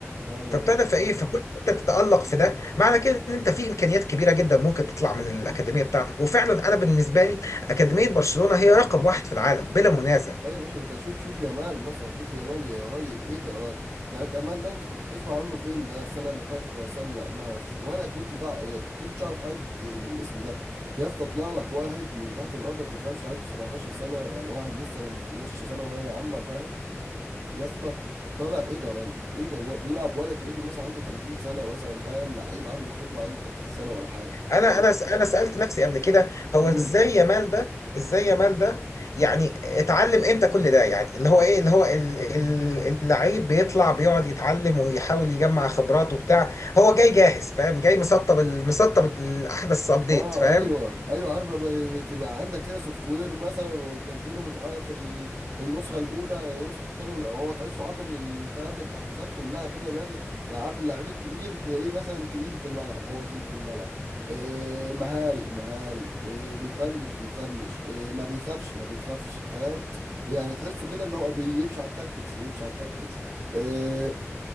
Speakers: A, on the right; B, on the left.
A: ايوه
B: فابتدى
A: ايوه
B: فايه فكنت انت تتالق في ده معنى كده ان انت في امكانيات كبيره جدا ممكن تطلع من الاكاديميه بتاعتك وفعلا انا بالنسبه لي اكاديميه برشلونه هي رقم واحد في العالم بلا منازع
A: أيوة يا باشا بس شوف شوف يامال مثلا شوف يامال يا راجل ايه ده يا راجل يعني انت يامال ده انت كنت تسمع عنه فين ده السنه اللي فاتت ولا السنه اللي قبلها يا اسطى ولا كنت تع... يعني كنتش اعرف حد بالاسم ده يا اسطى طلع لك واحد من تحت الارض ما تفهمش عنده 17 سنه يعني واحد لسه ما مخلصش ثانويه عامه فاهم يا اسطى طالع ايه ده يا راجل ايه ده هو بيلعب ولا كانه مثلا عنده 30 سنه مثلا فاهم لعيب عنده خبره عنده 30 سنه ولا حاجه
B: انا
A: يعني-
B: انا انا سالت نفسي قبل كده هو
A: مم.
B: ازاي يا مال ده ازاي يا مال ده يعني اتعلم امتى كل ده يعني اللي هو ايه اللي هو ال- ال- اللعيب بيطلع بيقعد يتعلم ويحاول يجمع خبرات وبتاع هو جاي جاهز فاهم جاي مسطب ال- مسطب الاحدث ابديت
A: اه
B: فاهم
A: ايوه ايوه عارف لما تبقى عندك كده سوفت وير مثلا وتنزله مش عارف ال- النسخه الاولى النسخه الثانيه هو تحسه عامل الفهم التحديثات كلها كده نازل يعني عارف اللعيب الكبير تلاقيه مثلا تقيل في الملعب هو تقيل في الملعب إيه مهاري مهاري إيه بيفنش بيفنش إيه ما بيخافش ما بيخافش فاهم يعني تحسه كده اللي هو بيمشي على التاكتكس بيمشي على التاكتكس إيه